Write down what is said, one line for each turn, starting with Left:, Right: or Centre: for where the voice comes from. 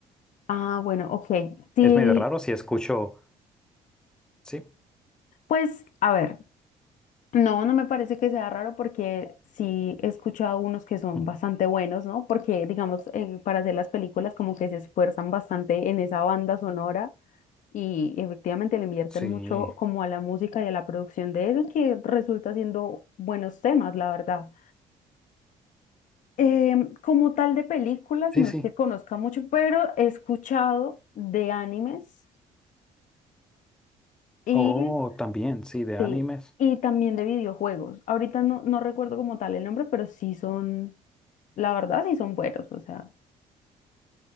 Left: Ah, bueno, ok. Sí,
Centre: Es medio raro si escucho, sí,
Left: pues a ver, no, no me parece que sea raro porque sí he escuchado unos que son
Centre: Ujú.
Left: bastante buenos, ¿no? Porque, digamos, eh, para hacer las películas como que se esfuerzan bastante en esa banda sonora y efectivamente le invierten
Centre: sí,
Left: mucho como a la música y a la producción de eso que resulta siendo buenos temas, la verdad. Em, como tal de películas,
Centre: sí,
Left: no
Centre: sí.
Left: es que conozca mucho, pero he escuchado de animes y,
Centre: Oh, también, sí, de
Left: sí,
Centre: animes.
Left: y también de videojuegos. Ahorita no, no recuerdo como tal el nombre, pero sí son, la verdad, sí son buenos. O sea,